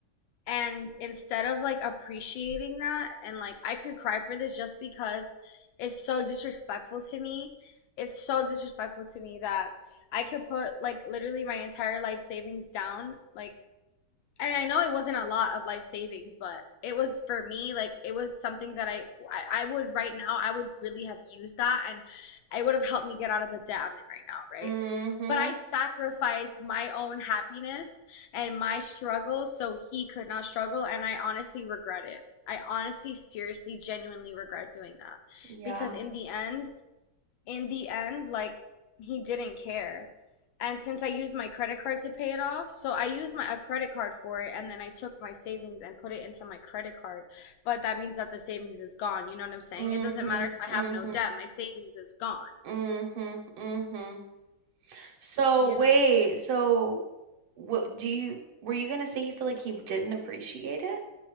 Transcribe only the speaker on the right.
mm-hmm,
yeah,
mm-hmm,
mm-hmm.
Mm-hmm. Mm-hmm. So
wait,
so what do you were you gonna say you feel like he didn't appreciate it?